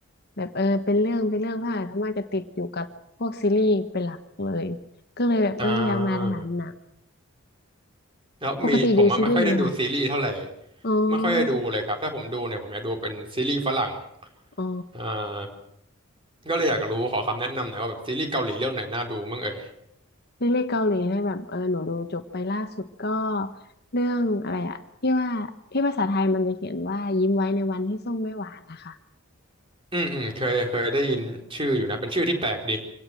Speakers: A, on the left; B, on the right.
A: แบบเออเป็นเรื่องเป็นเรื่องเท่าไหร่ส่วนมากจะติดอยู่กับพวกซีรีส์เป็นหลักเลยก็เลยแบบเอออยากมาถามหนัง
B: อ่าแล้วมีผมอะไม่ค่อยได้ดูซีรีส์เท่าไหร่
A: ปกติดูซีรีส์ไหมคะอ๋อ
B: ไม่ค่อยได้ดูเลยครับ ถ้าผมดูเนี่ยผมอยากดูเป็นซีรีส์ฝรั่ง
A: อ๋อ
B: อ่าก็เลยอยากรู้ขอคำแนะนำหน่อยว่าแบบซีรีส์เกาหลีเรื่องไหนน่าดูบ้างเอ่ย
A: ซีรีส์เกาหลีเนี่ยแบบเออหนูดูจบไปล่าสุดก็เรื่องอะไรอะที่ว่าที่ภาษาไทยมันจะเขียนว่ายิ้มไว้ในวันที่ส้มไม่หวานนะคะ
B: อืมอืมเคยเคยได้ยินชื่ออยู่นะเป็นชื่อที่แปลกดี